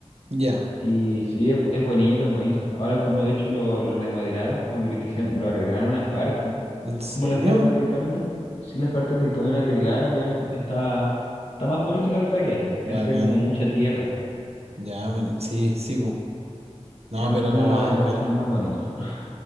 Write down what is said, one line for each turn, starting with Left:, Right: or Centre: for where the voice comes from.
Right: Ya.
Left: Y sí, es, es bonito, es bonito. Ahora como de hecho lo, lo remodelaron, como que lo quisieron, lo arreglaron unas partes,
Right: ¿En serio?
Left: como las partes del camino. Sí, las partes del camino las arreglaron y ahora es- está, está más bonito la verdad que antes,
Right: Bacán.
Left: que antes era como mucha tierra.
Right: Ya, men- sí, sí, po. No,
Left: Sí, ahora los
Right: pero
Left: caminos lo
Right: bacán.
Left: hicieron más bonito. <laughs>